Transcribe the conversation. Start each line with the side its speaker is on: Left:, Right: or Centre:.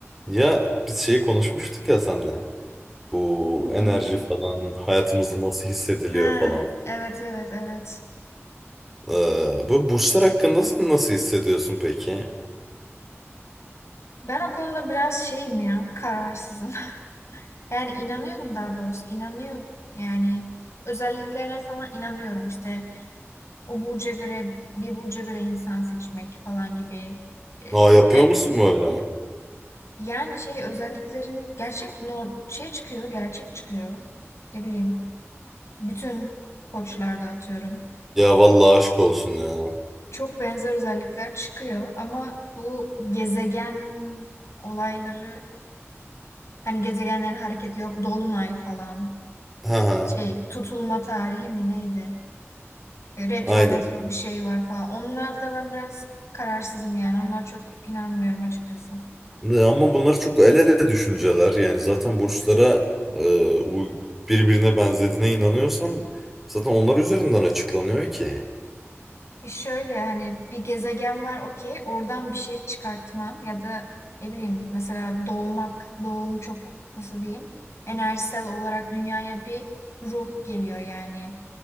Centre: Ya biz şeyi konuşmuştuk ya senle. Bu
Left: Neyi?
Centre: enerji falan hayatımızda nasıl hissediliyor
Left: Ha,
Centre: falan.
Left: evet evet evet.
Centre: Ee, bu burçlar hakkında sen nasıl hissediyorsun peki?
Left: Ben o konuda biraz şeyim ya, kararsızım. <laughs> Yani inanıyorum daha doğrusu, inanıyor yani özelliklerine falan inanıyorum işte o burca göre bir burca göre insan seçmek falan gibi Ee,
Centre: Aa yapıyor
Left: ve
Centre: musun böyle?
Left: yani şey özelliklerin gerçek nor şey çıkıyor, gerçek çıkıyor. Ne bileyim, bütün koçlarda atıyorum.
Centre: Ya vallahi aşk olsun ya.
Left: Çok benzer özellikler çıkıyor ama bu gezegen olayları Hani gezegenlerin hareketi yok. Dolunay falan.
Centre: Ha ha
Left: Şey tutulma tarihi mi neydi? E, Retro
Centre: aynen.
Left: metro bir şey var falan. Onlar da ben biraz kararsızım yani. Onlar çok inanmıyorum açıkçası.
Centre: Ya Ama bunlar çok el ele düşünceler. Yani zaten burçlara e, uy- birbirine benzediğine inanıyorsan zaten onlar üzerinden açıklanıyor ki.
Left: E şöyle hani bir gezegen var okey. Oradan bir şey çıkartman ya da ne bileyim mesela doğmak. Doğum çok nasıl diyeyim? Enerjisel olarak dünyaya bir ruh geliyor yani.